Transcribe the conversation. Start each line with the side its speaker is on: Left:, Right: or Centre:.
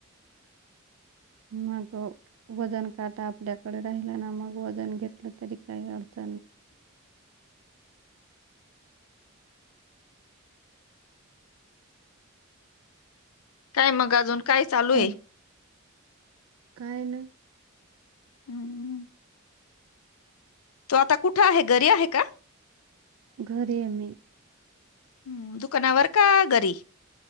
Right: मग वजन काटा आपल्याकडे राहिला ना मग वजन घेतलं तरी काही अडच
Left: काय मग अजून काय चालू आहे
Right: हो. काय नाही
Left: हम्मम तो आता कुठं आहे घरी आहे का
Right: घरे म
Left: हम् दुकानावर का घरी